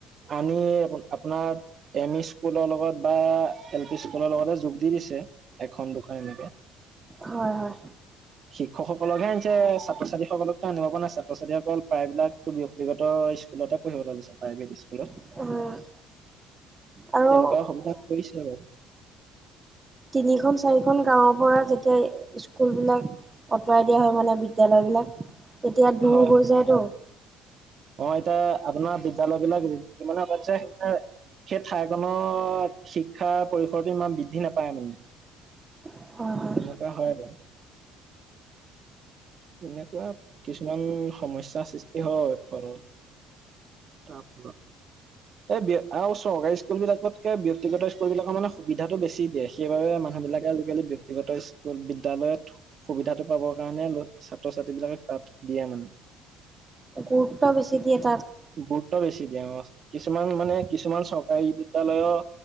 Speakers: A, on the right (about 45°); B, on the right (about 20°).
A: আমি আ আপুনাৰ এম ই স্কুলৰ লগত বা এল পি স্কুলৰ লগতে যোগ দি দিছে এখন দুখন এনেকে
B: হয় হয়।
A: শিক্ষকসকলকহে আনিছে ছাত্ৰ- ছাত্ৰীসকলক টো আনিব পৰা নাই ছাত্ৰ -ছাত্ৰীসকল প্ৰায়বিলাক টো ব্যক্তিগত স্কুলতে পঢ়িবলে গৈছে প্ৰাইভেট স্কুলত
B: হয় আৰু
A: তেনেকুৱা সুবিধা কৰিছে বাৰু
B: তিনিখন চাৰিখন গাঁৱৰ পৰা যেতিয়া স্কুল বিলাক আঁতৰাই দিয়া হয় মানে বিদ্যালয় বিলাক তেতিয়া দূৰ
A: হয় হয়
B: হৈ যায়তো
A: অ এতিয়া আপুনাৰ বিদ্যালয় বিলাক যি যিমানে পাতিছে সিমানে সেই ঠাইখনৰ শিক্ষাৰ পৰিসৰটো ইমান বৃদ্ধি নাপায় মানে।
B: হয় হয়
A: তেনেকুৱা হয় বাৱ এনেকুৱা কিছুমান সমস্যাৰ সৃষ্টি হয় ফলত তাৰপৰা। এ ব্য আৰু চৰকাৰী স্কুল বিলাকতকে ব্যক্তিগত স্কুল বিলাকৰ মানে সুবিধাটো বেছি দিয়ে সেইবাবে মা মানুহ বিলাকে আজিকালি ব্যক্তি ব্যক্তিগত স্কুল বিদ্যালয়ত সুবিধাটো পাবৰ কাৰণে ল ছাত্ৰ ছাত্ৰী বিলাকে তাত দিয়ে মানে <inaudible>
B: গুৰুত্ব বেছি দিয়ে তাত।
A: গুৰুত্ব বেছি দিয়ে অহ। কিছুমান মানে কিছুমান চৰকাৰী বিদ্যালয়